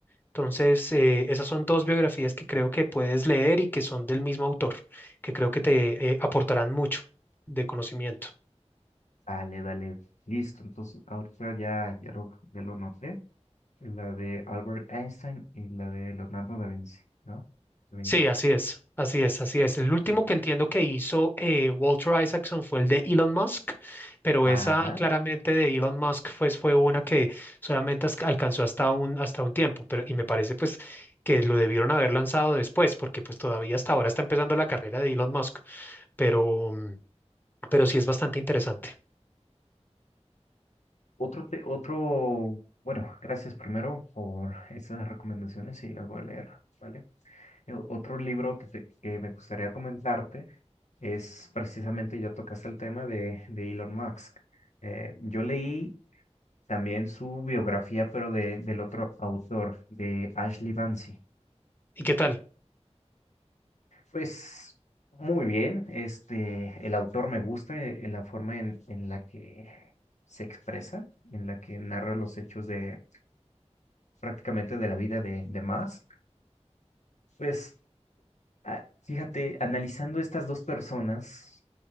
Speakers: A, on the left; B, on the left.
A: Entonces, eh, esas son dos biografías que creo que puedes leer y que son del mismo autor, que creo que te eh, aportarán mucho de conocimiento.
B: Dale, dale. Listo, entonces ahorita ya, ya lo, ya lo noté. La de Albert Einstein y la de Leonardo da Vinci, ¿no? Da Vinci,
A: Sí, así es, así es, así es. El
B: ok.
A: último que entiendo que hizo eh, Walter Isaacson fue el de Elon Musk, pero
B: Ajá.
A: esa claramente de Elon Musk pues, fue una que solamente as- alcanzó hasta un, hasta un tiempo, pero y me parece pues que lo debieron haber lanzado después, porque pues todavía hasta ahora está empezando la carrera de Elon Musk, pero, mm, pero sí es bastante interesante.
B: Otro, te- otro, bueno, gracias primero por esas recomendaciones y las voy a leer, ¿vale? El otro libro que, te- que me gustaría comentarte es precisamente, ya tocaste el tema de, de Elon Musk. Eh, yo leí También su biografía, pero de, del otro autor, de Ashley Bansi.
A: ¿Y qué tal?
B: Pues muy bien, este, el autor me gusta eh, en la forma en, en la que se expresa, en la que narra los hechos de prácticamente de la vida de, de Musk. Pues ah, fíjate, analizando estas dos personas,